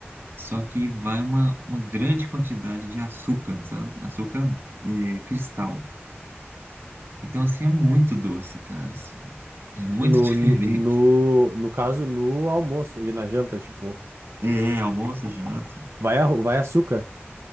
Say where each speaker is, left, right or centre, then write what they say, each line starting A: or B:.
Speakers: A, on the right (about 55°); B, on the right (about 75°).
A: só que vai uma, uma grande quantidade de açúcar, sabe? Açúcar é, cristal. Então, assim, é muito doce, cara, assim, é muito
B: No,
A: <laughs> diferente.
B: no, no no caso, no almoço e na janta, tipo,
A: É, almoço, janta,
B: vai, arro- vai açúcar.